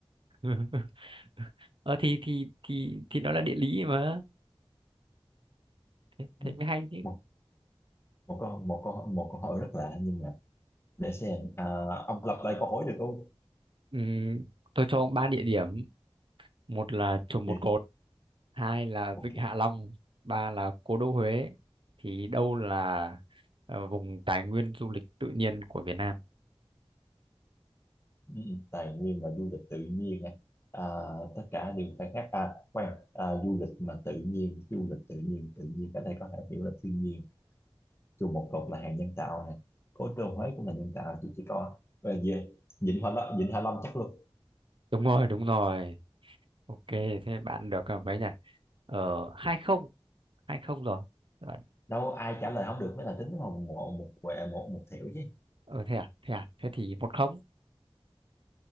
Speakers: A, on the right; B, on the left.
A: <laughs> ờ thì thì thì thì nó là địa lý mà thế,
B: Ừ.
A: thế mới hay chứ
B: Một một câu một câu một câu hỏi rất lạ nhưng mà để xem à, ông lặp lại câu hỏi được không?
A: Ừm, tôi cho ông ba địa điểm một là
B: Ok
A: chùa Một Cột hai là
B: ok.
A: Vịnh Hạ Long ba là Cố đô Huế thì đâu là ờ, vùng tài nguyên du lịch tự nhiên của Việt Nam
B: Ừ, ừ. tài nguyên và du lịch tự nhiên á. à, tất cả đều khai thác à khoan à, du lịch mà tự nhiên du lịch tự nhiên tự nhiên ở đây có thể hiểu là thiên nhiên chung một cột là hàng nhân tạo này cố đô Huế cũng là nhân tạo chỉ chỉ có về Vịnh Hạ Long Vịnh Hạ Long chắc luôn
A: Đúng rồi, đúng rồi. Ok, thế bạn được à, mấy nhỉ? Ờ, hai không, hai không rồi. Các Bạn,
B: đâu ai trả lời không được mới là tính một một một quẹ một, một thẻo chứ
A: ờ thế à, thế à, thế thì một không,